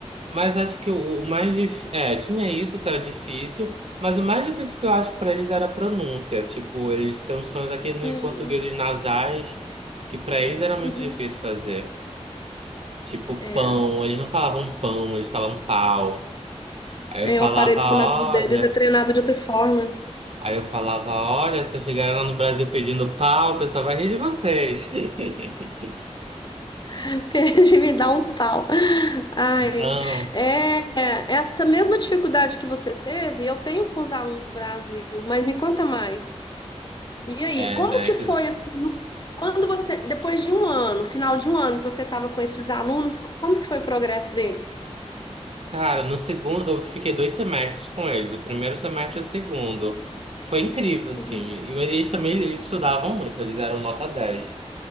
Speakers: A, on the right (about 60°); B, on the left (about 40°).
A: Mas acho que o, o mais difícil. É, tinha isso, isso era difícil. Mas o mais difícil que eu acho pra eles era a pronúncia. Tipo, eles têm uns sons aqui no
B: Hum,
A: em português nasais, que pra eles era muito
B: uhum.
A: difícil fazer. Tipo,
B: É.
A: pão. Eles não falavam pão, eles falavam pau. Aí eu
B: Aí
A: falava,
B: o aparelho fonador
A: olha.
B: deles é treinado de outra forma.
A: Aí eu falava, olha, se eu chegar lá no Brasil pedindo pau, o pessoal vai rir de vocês. <laughs>
B: <laughs> Perde me dá um pau. Ai,
A: Não.
B: é, é, essa mesma dificuldade que você teve, eu tenho com os alunos do Brasil, mas me conta mais. E aí,
A: É,
B: como
A: né?
B: que foi assim, no- quando você, depois de um ano, final de um ano que você estava com esses alunos, como que foi o progresso deles?
A: Cara, no segundo, eu fiquei dois semestres com eles, o primeiro semestre e o segundo. Foi incrível, assim.
B: Uhum,
A: E- Mas eles também eles estudavam muito, eles eram nota dez